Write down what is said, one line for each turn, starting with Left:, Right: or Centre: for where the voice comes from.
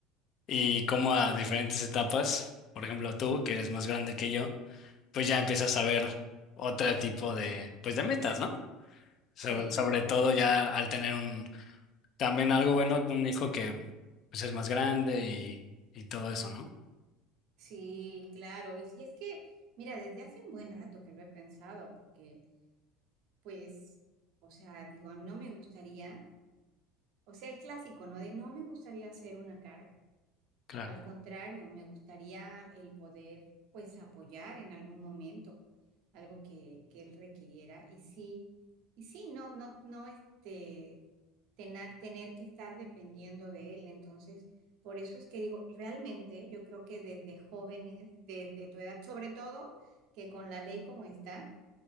Left: y cómo a diferentes etapas, por ejemplo tú, que eres más grande que yo, pues ya empiezas a ver otro tipo de, pues de metas, ¿no? Sobre,
Right: sí,
Left: sobre todo ya al tener un, también algo bueno, un hijo que pues es más grande y, y todo eso, ¿no?
Right: sí, claro. Y, si es que, mira, desde hace un buen rato que lo he pensado, porque, pues, o sea, digo, no me gustaría, o sea, el clásico, ¿no? De no me gustaría hacer una carga.
Left: Claro.
Right: Al contrario, me gustaría el poder, pues, apoyar en algún momento algo que, que él requiriera. Y sí, y sí, no, no, no, este, tener, tener que estar dependiendo de él. Entonces, por eso es que digo, realmente yo creo que desde jóvenes, desde tu edad, sobre todo, que con la ley como está,